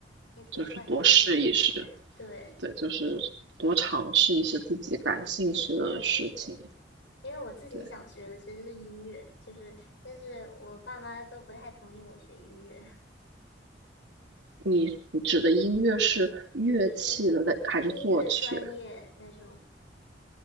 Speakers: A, on the left (about 85°); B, on the right (about 75°).
A: 也可以换专业吧，
B: 就是多试一试，
A: 应该对
B: 对，就是多尝试一些自己感兴趣的事情。
A: 对。因为我自己想学的其实是音乐，
B: 对，
A: 就是，但是我爸妈都不太同意我学音乐。
B: 你你指的音乐是乐器类还是作曲？
A: 就是音乐专业那种。